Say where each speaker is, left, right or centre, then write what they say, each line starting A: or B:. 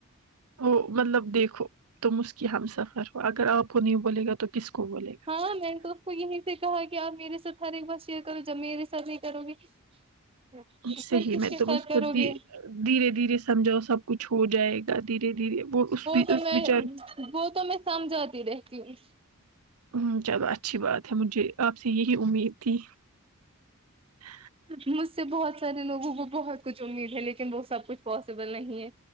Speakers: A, on the right; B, on the right.
A: وہ مطلب دیکھو تم اس کی ہم سفر ہو اگر آپ کو نہیں بولے گا تو کس کو بولے گا
B: ہاں میں نے تو اس کو یہیں سے کہا کہ آپ میرے ساتھ ہر ایک بار شیئر کرو جب میرے ساتھ نہیں کروں گی ا
A: صحیح
B: سر کس
A: میں
B: کے
A: تم
B: ساتھ
A: اس
B: کرو
A: کو دی
B: گے
A: دھیرے دھیرے سمجھاؤ سب کچھ ہو جائے گا دھیرے دھیرے وہ اس
B: تو
A: اس
B: میں
A: وچار
B: وہ تو میں سمجھاتی رہتی ہوں
A: ہ چلو اچھی بات ہے مجھے آپ سے یہی امید تھی ہ
B: مجھ سے بہت سارے لوگوں کو بہت کچھ امید ہے لیکن وہ سب کچھ پاسبل نہیں ہے